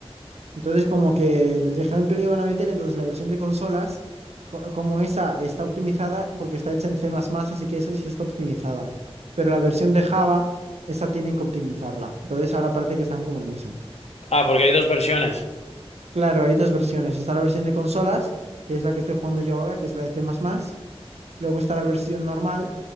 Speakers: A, on the right; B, on the left.
A: Entonces, como que dejaron que lo iban a meter, entonces la versión de consolas, co- como esa está optimizada, porque está hecha en C++, así que esa sí está optimizada. Pero la versión de Java, esa tienen que optimizarla. Entonces, ahora parece que están como en eso.
B: Ah, porque hay dos versiones.
A: Claro, hay dos versiones. Está la versión de consolas, que es la que estoy jugando yo ahora, que es la de C++. Luego está la versión normal